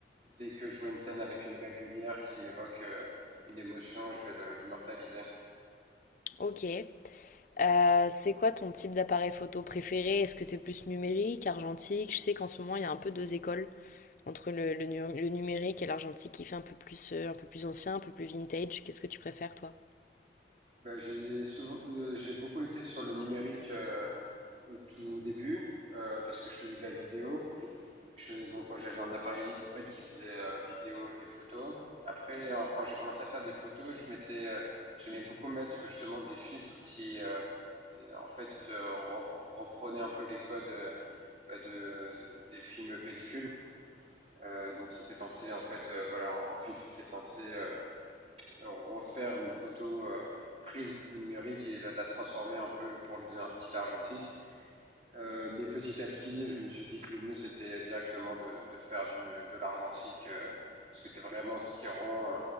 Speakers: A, on the right; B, on the left.
A: Dès que je vois une scène avec une belle lumière qui m'évoque euh, une émotion, je vais l'immortaliser.
B: Ok. Euh, c'est quoi ton type d'appareil photo préféré? Est-ce que t'es plus numérique, argentique? Je sais qu'en ce moment, il y a un peu deux écoles. Entre le, le nu- le numérique et l'argentique qui fait un peu plus, euh, un peu plus ancien, un peu plus vintage, qu'est-ce que tu préfères, toi?
A: Bah, j'ai souvent- euh, j'ai beaucoup été sur le numérique euh, au tout début euh, parce que je faisais de la vidéo. Je faisais- donc j'avais un appareil hybride qui faisait euh, vidéo et photo. Après, euh, quand j'ai commencé à faire des photos, je m'étais, euh, j'aimais beaucoup mettre justement des filtres qui, euh, euh, en fait, euh, reprenaient un peu les codes euh, bah, de, des films pellicules. Euh, donc c'était censé, en fait, euh, voilà, un filtre qui est censé euh, refaire une photo euh, prise au numérique et la, la transformer un peu pour lui donner un style argentique. Euh, mais petit à petit, je me suis dit que le mieux c'était directement de, de faire du, de l'argentique, euh, parce que c'est vraiment ce qui rend euh,